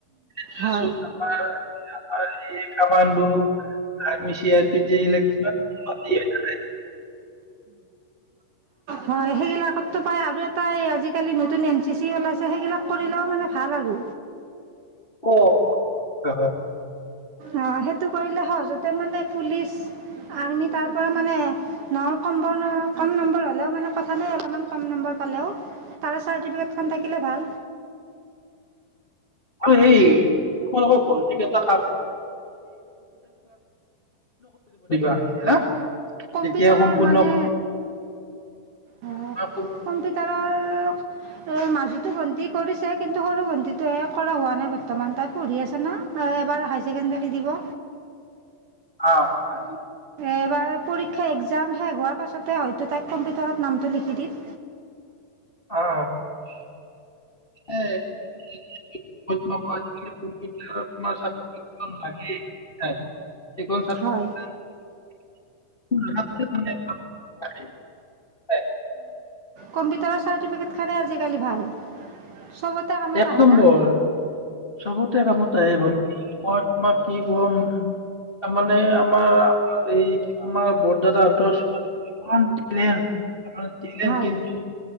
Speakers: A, on the left; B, on the right.
A: <unintelligible>
B: হয়
A: আমাৰ আৰু এই commando, army, C R P যিলাক কিমান
B: হয় সেইগিলাকততো পায় আৰু এটা এই আজিকালি নতুন এন চি চি ওলাইছে সেইগিলাক কৰিলেও মানে ভাল আৰু।
A: অঁ অঁ, হয় হয়।
B: অ সেটো কৰিলে সহজতে মানে পুলিচ, আৰ্মি তাৰ পৰা মানে নহ কম্বৰ ন কম নম্বৰ হ'লেও মানে কথা নাই অলপমান কম নম্বৰ পালেও, তাৰে চাৰ্টিফিকেটখন থাকিলে ভাল।
A: আৰু সেই তোমালোকৰ ভণ্টিক এটা কাম
B: কম্পিউটাৰৰ
A: তেতিয়া সম্পূৰ্ণ
B: মানে আ
A: অ'
B: কম্পিউটাৰৰ অ মাজতে ভণ্টিয়ে কৰিছে কিন্তু সৰু ভণ্টিটো হে কৰা হোৱা নাই বৰ্তমান, তাই পঢ়ি আছে না এবাৰ হাই ছেকেণ্ডেৰী দিব।
A: অ হয়।
B: এবাৰ পৰীক্ষা একজাম শেষ হোৱাৰ পাছতে হয়তো তাইক কম্পি তলত নামটো লিখি দিম।
A: অ উম <unintelligible> এইখন ছাত্ৰ ছাত্ৰীৰ
B: হয়
A: বা, <unintelligible>
B: কম্পউটাৰৰ চাতিপেকেত খনে আজিকালি ভাল চবতে কামত
A: এক
B: আহে
A: নম্বৰ
B: না
A: চবতে কামত মই তোমাক কি কম তাৰ মমানে আমাৰমাৰ এই আমাৰ বৰদাদাহতৰ ছোৱালী জনী ইমান ট্ৰলেন টেলেন্ট
B: হয়
A: কিন্তু